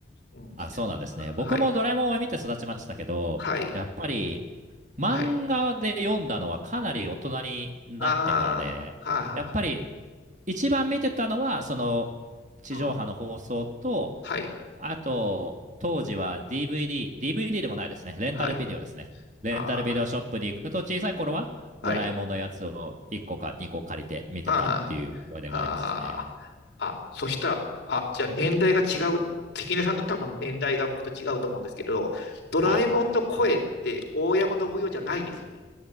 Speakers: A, on the left; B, on the right.
A: うん。
B: あ、そうなんですね。僕もドラえもんを見て育ちましたけど、
A: はい。はい。
B: やっぱり漫画で読んだのはかなり大人になってからで、
A: はい。あーはい。
B: やっぱり
A: はい。
B: 一番見てたのは、その地上波の放送と、
A: うん。はい。
B: あと、当時は DVD、DVD でもないですね。レンタルビデオですね。
A: はい。
B: レンタルビデオショップに行くと、
A: あー
B: 小さい頃はドラえもんのやつを1個か2個借りて見てたっていう思い出がありますね。
A: はい。ああ、ああ、あ、そしたら、あ、じゃあ年代が違う。関根さんと多分年代が僕と違うと思うんですけれど、ドラえもんの声って大山信代じゃないですよね。
B: はい。